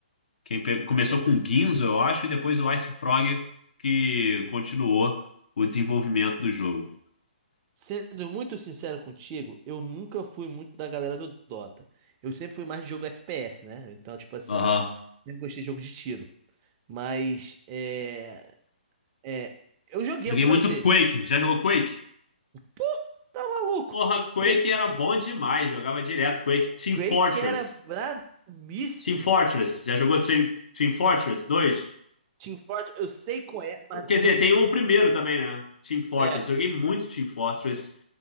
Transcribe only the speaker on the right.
Tem-
Sendo muito sincero contigo, eu nunca fui muito da galera do Dota. Eu sempre fui mais de jogo FPS, né? Então, tipo assim,
um- sempre gostei de jogo de tiro. Mas, é, é, eu joguei
algumas
vezes.
Pô, tá maluco.
Quake,
Quake
era brabíssimo.
Team Fortress, eu sei qual é, mas não
joguei.
É,